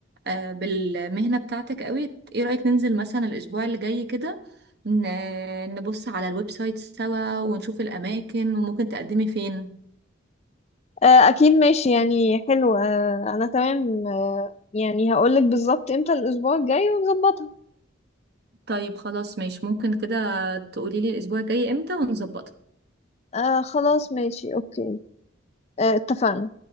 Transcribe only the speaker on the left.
آه، أكيد ماشي يعني حلو آه، أنا تمام آه، يعني هقولك بالظبط إمتى الأسبوع الجاي ونظبطها
آه خلاص ماشي أوكي آه اتفقنا